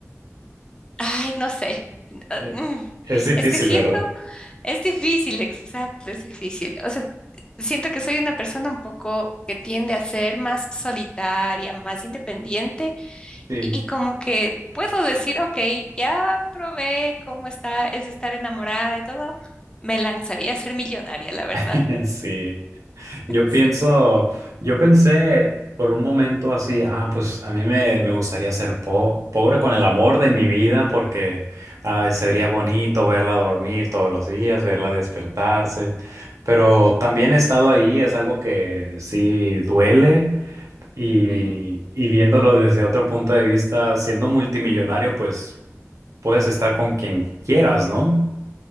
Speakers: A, on the left; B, on the right.
A: ay, no sé. ah,
B: Eh,
A: mm,
B: Es difícil,
A: Es que siento,
B: ¿verdad?
A: es difícil, exacto, es difícil. O sea, siento que soy una persona un poco que tiende a ser más solitaria, más independiente
B: Sí.
A: y como que puedo decir, ok, ya probé cómo está, es estar enamorada y todo. Me lanzaría a ser millonaria, la verdad.
B: <laughs> Sí, yo
A: Sí.
B: pienso, yo pensé por un momento así, ah, pues a mí me, me gustaría ser po- pobre con el amor de mi vida porque ah, sería bonito verla dormir todos los días, verla despertarse, pero también he estado ahí, es algo que sí duele Y,
A: Ujú.
B: y viéndolo desde otro punto de vista, siendo multimillonario, pues puedes estar con quien quieras, ¿no?